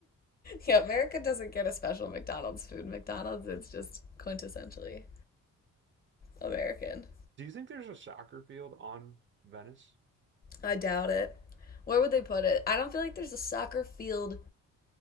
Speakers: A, on the left; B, on the right.
A: yeah, America doesn't get a special McDonald's food. McDonald's is just quintessentially American.
B: Do you think there's a soccer field on Venice?
A: I doubt it. Where would they put it? I don't feel like there's a soccer field